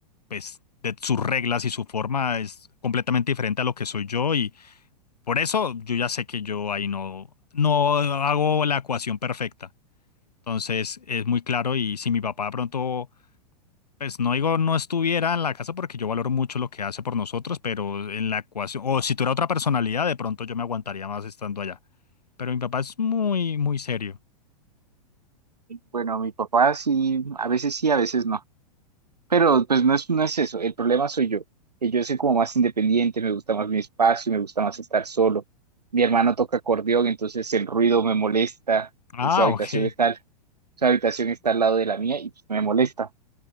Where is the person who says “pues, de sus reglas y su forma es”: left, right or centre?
Left